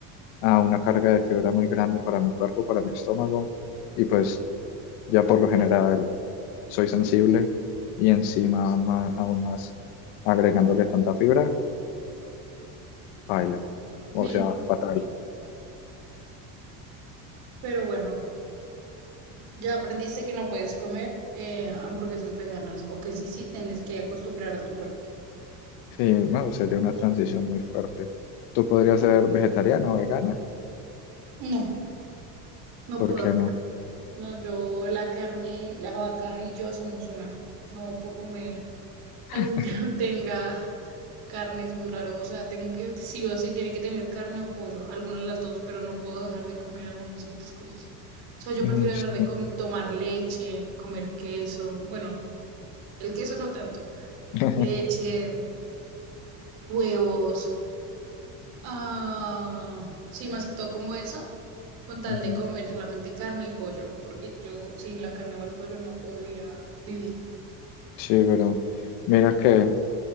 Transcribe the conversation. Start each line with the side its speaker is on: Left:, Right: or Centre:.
Left: ah, una carga de fibra muy grande para mi cuerpo, para mi estómago y pues ya por lo general soy sensible y encima ma- aún más agregándole tanta fibra, baila, o
Right: me
Left: sea, fatal.
Right: Pero bueno, ya aprendiste que no puedes comer eh, hamburguesas veganas o que sí, sí, tienes que acostumbrar a tu cuerpo.
Left: Sí, bueno sería una transición muy fuerte. Tú podrías ser vegetariana o vegana,
Right: No, no
Left: ¿por
Right: puedo.
Left: qué no?
Right: No, yo la carne, la vaca y yo somos una. No puedo comer algo
Left: <laughs>
Right: que no tenga carne, es muy raro. O sea, tengo que, sí o sí, tiene que tener carne o pollo, alguna de las dos, pero no puedo dejar de comer alguna de esas dos cosas. O sea, yo
Left: Mm,
Right: prefiero dejar
Left: sí.
Right: de com- tomar leche, comer queso, bueno, el queso no tanto,
Left: <laughs>
Right: leche, huevos Ah, sí, más que todo como eso, con tal
Left: Ujú.
Right: de comer solamente carne y pollo, porque yo sin la carne o el pollo no podría vivir.
Left: Sí, pero mira que,